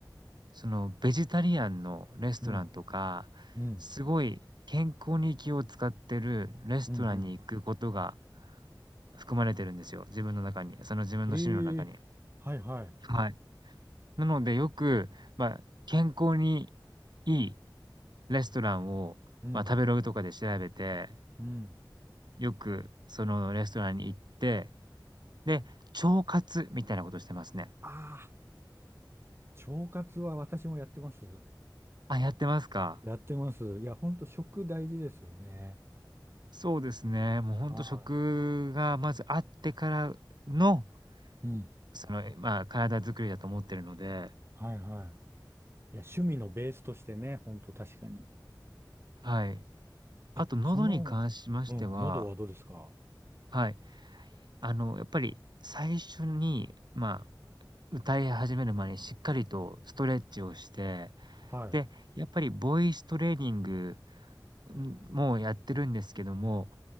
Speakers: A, on the right (about 65°); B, on the right (about 30°).
A: その、ベジタリアンのレストランとか、
B: うん。うん。
A: すごい健康に気を使ってるレストランに行くことが
B: うんうん。
A: 含まれてるんですよ、自分の中に。その自分の趣味の中に。
B: ええ、はいはい。
A: はい。なのでよく、まあ、健康にいいレストランを、
B: うん、
A: まあ、食べログとかで調べて、
B: うん。
A: よくそのレストランに行って、で、腸活みたいなことしてますね。
B: ああ、腸活は私もやってます。
A: あ、やってますか。
B: やってます。いや、ほんと食大事ですよね。
A: そうですね。もうほんと食がまずあってからの、
B: はい。うん。
A: その、まあ、体作りだと思ってるので、
B: はいはい。いや、趣味のベースとしてね、ほんと確かに。
A: はい。あと喉に関しましては、
B: え、その、うん、喉はどうですか
A: はい、あの、やっぱり最初に、まあ、歌い始める前にしっかりとストレッチをして、
B: はい。
A: で、やっぱりボイストレーニング、ん、もやってるんですけども、